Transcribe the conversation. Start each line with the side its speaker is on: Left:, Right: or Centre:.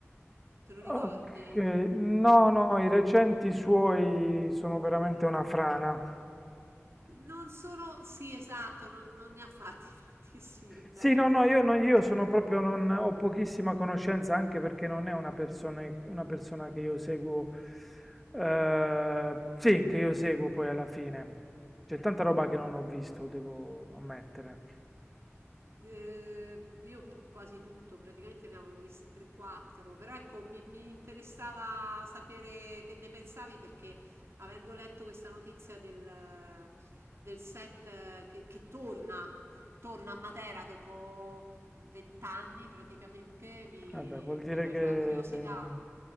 Right: Te lo ricordi?
Centre: Ok, no, no, i recenti suoi sono veramente una frana.
Right: Non sono, sì, esatto, non, non ne ha fatti <laughs> tantissimi belli.
Centre: Sì, no, no, io, no- io
Right: Cioè,
Centre: sono proprio, non, ho pochissima conoscenza anche perché non è una persona, una persona che io seguo, eh, sì, che io seguo poi alla fine. C'è tanta roba che non ho visto, devo ammettere.
Right: Eh, io p- quasi tutto, praticamente ne avevo visti 3-4, però ecco, mi, mi interessava sapere che ne pensavi perché avendo letto questa notizia del, del set eh, che, che torna, torna a Matera dopo 20 anni praticamente, mi,
Centre: Vabbè, vuol dire
Right: mi faceva
Centre: che
Right: curiosità.